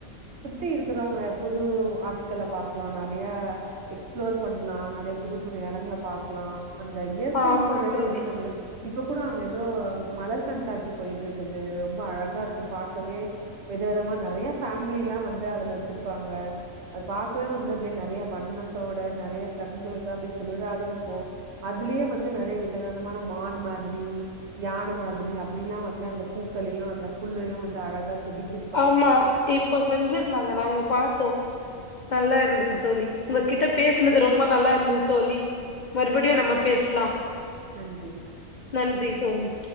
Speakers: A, on the right (about 55°); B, on the left (about 60°).
A: சுத்தி இருக்கிறவங்க எப்போதும் ஆட்களை பாக்கலா நெறையா எக்ஸ்பிளோர் பண்லா நறையா புது புது எடங்கல பாக்கலா அந்த இயற்கை
B: ஆமா
A: சூழலே
B: தோழி
A: வந்து நம்மள இப்ப கூட அங்க ஏதோ மலர் கண்காட்சி போயிட்டு இருக்குது ரொம்ப அழகா இருக்கும் பாக்கவே வித விதமா நறைய பேஃபேமிலிலாம் வந்து அதுல வச்சிருக்கு இருப்பாங்க அது பாக்கவே வந்து அப்டியே நறையா வண்ணத்தோட நறையா கண்களுக்கு அப்படி குளிராதா இருக்கும் அதுலயே வந்து நெறைய வித விதமான மான் மாதிரி யானை மாதிரி அப்டில்லா வந்து அந்த பூக்களையு அந்த புல்லையு வந்து அழகா செதுக்கி
B: ஆமா இப்போ செஞ்சிருந்தாங்க நாங்க பாத்தோ நல்லா இருந்தது தோழி உங்ககிட்ட பேசுனது ரொம்ப நல்லா இருந்தது தோழி மறுபடியும் நம்ப பேசுலாம்
A: நன்றி
B: நன்றி தோழி